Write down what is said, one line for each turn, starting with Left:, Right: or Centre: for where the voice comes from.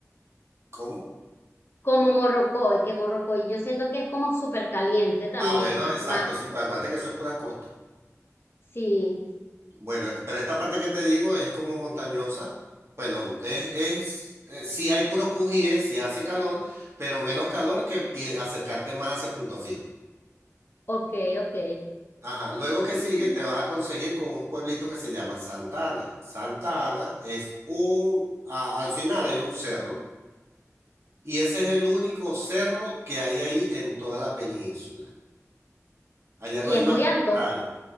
Right: ¿cómo?
Left: como Morrocoy, que Morrocoy, yo siento que es como súper caliente también.
Right: Ah, bueno, exacto,
Left: Ma,
Right: sí, pues acuérdate que eso es pura costa.
Left: sí,
Right: Bueno, pero esta parte que te digo es como montañosa. Bueno, es, es, eh, sí hay puros cujíes, sí hace calor, pero menos calor que eh, acercarte más hacia Punto Fijo.
Left: ok, ok.
Right: Ajá, luego que
Left: Ujú.
Right: sigue te vas a conseguir con un pueblito que se llama Santana. Santana es un, a- al final hay un cerro y ese es el único cerro que hay ahí en toda la península. Allá
Left: Y
Right: no hay
Left: es
Right: más
Left: muy alto.
Right: montaña.